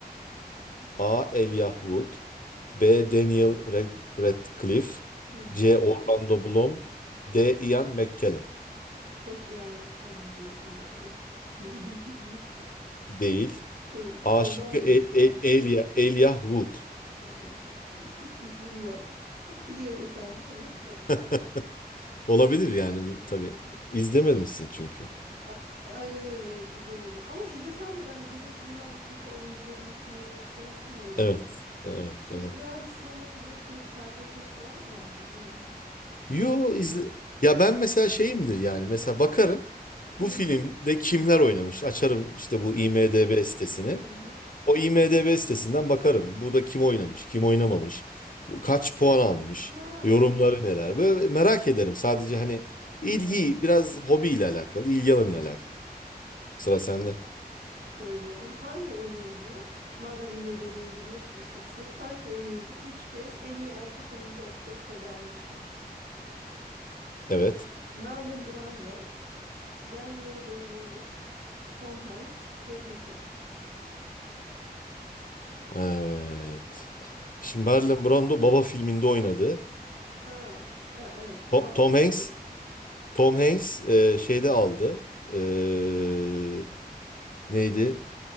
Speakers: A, on the left; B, on the right.
A: A.
B: Ç-
A: Elijah Wood B. Daniel Ra- Radcliffe
B: hı. hı.
A: C. Orlando Bloom D. Ian McKellen
B: Çok Ian McKellen diyesim geldi. <laughs> Niye bilmiyorum.
A: Değil.
B: <laughs> Değil.
A: A
B: Orlando
A: şıkkı E-
B: mu? Ah.
A: E- Elia, Elijah Wood.
B: El Yahmut. Hiçbir fikrim yok. Biliyordun sen değil mi?
A: <laughs> Olabilir yani
B: <laughs>
A: bir-
B: Öyle
A: tabii.
B: olabilir.
A: İzlememişsin çünkü.
B: A- Aynen öyle evet izlemedim. Ama izlesem de ben izlediğim filmlerdeki mesela oyuncuların isimlerini şey yapamıyorum
A: Evet.
B: ya.
A: Evet.
B: Süre,
A: Doğru.
B: herhalde sinemayı böyle sürekli takip etmek falan mı lazım bilmiyorum. Söylüyorum.
A: Yo izle... Ya ben mesela şeyimdir yani mesela bakarım
B: Hı
A: bu filmde
B: hı
A: kimler oynamış açarım işte bu
B: hı
A: IMDb
B: hı
A: sitesini.
B: hı. hı.
A: O IMDb sitesinden bakarım burada kim oynamış kim oynamamış
B: Hmm.
A: bu kaç puan almış
B: Ha,
A: yorumları neler böyle merak ederim sadece hani
B: ilgi
A: ilgi
B: alanı.
A: biraz hobiyle alakalı ilgi
B: Evet.
A: alanıyla alakalı. Sıra sende.
B: Söylüyorum. Hangi oyuncu, madem IMDb'ye giriyorsun sık sık, hangi oyuncu 3 kez en iyi erkek oyuncu Oscar'ı kazanmıştı?
A: Evet.
B: Marlon Brando, Daniel Day-Lewis, Tom Hanks, Jack Nicholson.
A: Evet. Şimdi Marlon Brando Baba filminde oynadı.
B: Ha, e- evet. Ben
A: To-
B: onu
A: Tom,
B: izledim.
A: Hanks Tom Hanks e, şeyde aldı. E, neydi?